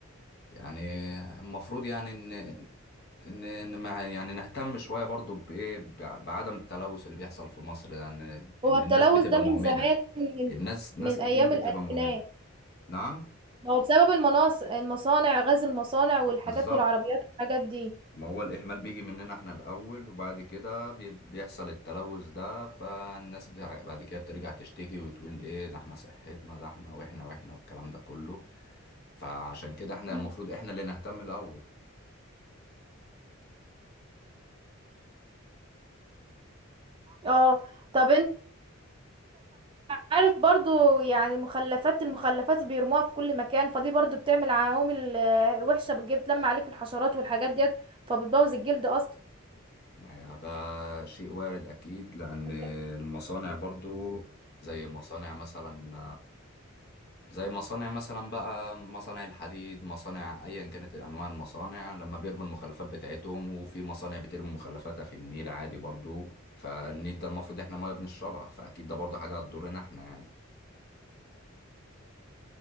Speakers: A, on the left; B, on the right.
A: يعني المفروض يعني ان ان إن ما يعني نهتم شويه برضو بايه بع- بعدم التلوث اللي بيحصل في مصر يعني ان
B: هو التلوث
A: الناس بتبقى
B: ده من
A: مهمله
B: زمان من,
A: الناس ناس
B: من
A: كتير
B: ايام
A: بتبقى
B: الالفينات
A: مهمله نعم
B: هو بسبب المناص المصانع غاز المصانع والحاجات
A: بالظبط
B: والعربيات والحاجات دي
A: ما هو الاهمال بيجي مننا احنا الاول وبعد كده بي- بيحصل التلوث ده فالناس بتاع- بعد كده بترجع تشتكي وتقول ايه ده احنا صحتنا ده احنا واحنا واحنا والكلام ده كله فعشان كده احنا
B: مم.
A: المفروض احنا اللي نهتم الاول
B: اه طب عارف برضو يعني مخلفات المخلفات بيرموها في كل مكان فدي برضو بتعمل عوامل آه، وحشة بتجيب بتلم عليك الحشرات والحاجات ديت فبتبوظ الجلد اصلا
A: ما هي ده شيء وارد أكيد لأن
B: انت
A: المصانع برضو زي مصانع مثلا زي مصانع مثلا بقى مصانع الحديد مصانع أيا كانت أنواع المصانع لما بيرموا المخلفات بتاعتهم وفي مصانع بترمي مخلفاتها في النيل عادي برضو فالنيل ده المفروض احنا ما بنشربها فأكيد ده برضو حاجة هتضرنا احنا يعني